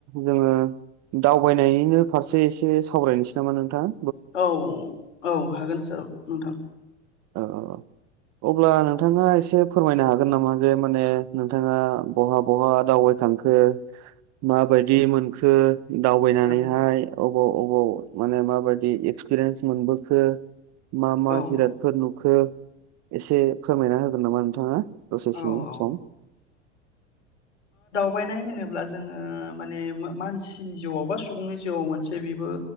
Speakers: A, on the right; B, on the left.
A: जोङो दावबायनो फारसे एसे सावरायनोसै नामा नोंथाङ?
B: औ औ हागोन सार नोंथां।
A: औ-औ-अ। अब्ला नोंथाङा एसे फोरमायनो हागोन नामा जे माने नोंथाङा बहा बहा दाव दावबाय थांखो माबायदि मोनखो दावबायनानैहाय
B: औ
A: अबाव अबाव माने माबायदि एक्सपिरियेन्स मोनबोखो मा मा
B: औ
A: जिराद फोर नुखो एसे खमायना होगोन नामा नोंथाङा? दसेसो
B: औ औ
A: सम।
B: बायनाय होनोब्ला जोङो माने मा-मानसिनि जिउआव बा सुबुंनि जिउआव मोनसे बिबो